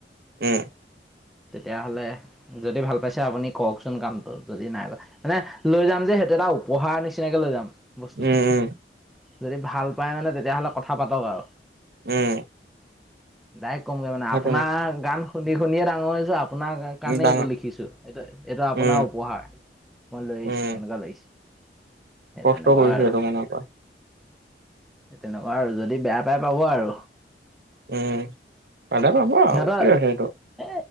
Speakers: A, on the right; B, in the centre.
A: উম!
B: তেতিয়াহলে যদি ভাল পাইছে আপুনি কওকচোন কামটো যদি নাই ল মানে লৈ যাম যে সেইটো এটা উপহাৰ নিচিনাকে লৈ যাম। বস্তুটো,
A: উম উম
B: যদি ভাল পায় মানে তেতিয়াহ'লে কথা পাতক আৰু।
A: উম
B: ডাৰেক্ট কমগে মানে
A: সেইটো
B: আপোনাৰ
A: ন
B: গান শুনি শুনিয়ে ডাঙৰ হৈছো আপোনাৰ কাণেই
A: ডাঙৰ
B: এইটো লিখিছোঁ এইটো এইটো আপোনাৰ
A: উম
B: উপহাৰ, মই লৈ আহিছোঁ
A: উম
B: কেনেকুৱা লাগিছে। সেই
A: কষ্ট
B: তেনেকুৱা
A: কৰিছো
B: আৰু,
A: সেইটো কাৰনৰ পৰা
B: এ তেনে যদি বেয়া পাই পাব আৰু।
A: উম পালে পাব আৰু
B: সিহঁতৰ
A: কি আছে এইটো।
B: এ